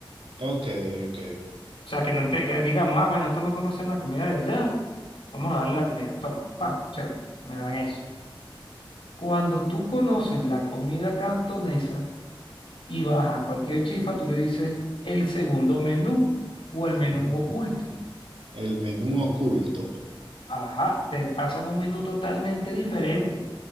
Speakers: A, on the right; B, on the left.
A: Ok, ok.
B: O sea, que no te, que digamos, ah, bueno, esto no conocen la comida de allá, vamos a darle la comida, toma, pa, chévere, me dan eso. Cuando tú conoces la comida cantonesa y vas a cualquier chifa, tú le dices el segundo menú o el menú
A: Ujú.
B: oculto.
A: El menú oculto.
B: Ajá, te pasan un menú totalmente diferente.